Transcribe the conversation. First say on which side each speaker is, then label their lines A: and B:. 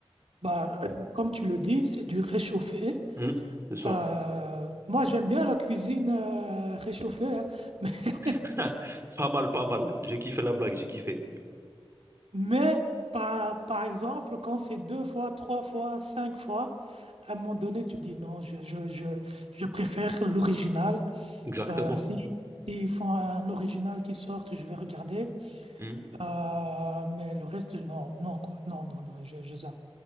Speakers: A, on the right; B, on the right.
A: Bah, euh, comme tu le dis, c'est du réchauffé.
B: Hum, ce soir.
A: Euh, moi, j'aime bien la cuisine euh, réchauffée, hein. <laughs>
B: <laughs> Pas mal, pas mal. J'ai kiffé la blague, j'ai kiffé.
A: mais par, par exemple, quand c'est deux fois, trois fois, cinq fois, à un moment donné, tu dis non, je, je, je, je préfère l'original.
B: Exactement.
A: Euh, si, ils font un original qui sort, je vais regarder.
B: Hmm,
A: Euh, mais le reste, non, non, quoi. Non, non, non, je, je zappe.